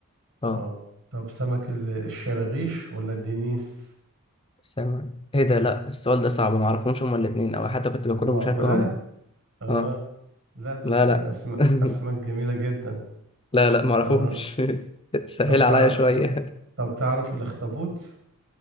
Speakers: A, on the right; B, on the left.
A: اه
B: اه
A: طب سمك ال- الشراغيش ولا الدنيس
B: سمك إيه ده لا السؤال ده صعب ما أعرفهمش هما الاتنين أو حتى كنت باكلهم
A: المعقولة
B: مش عارف إيه هما
A: اه
B: اه
A: لا دول
B: لا لا
A: أسماك
B: <laughs>
A: أسماك جميلة جدا
B: لا لا معرفهمش
A: اه
B: <laughs> سهل
A: طب تع...
B: عليا شوية
A: ت- طب تعرف الاخطبوط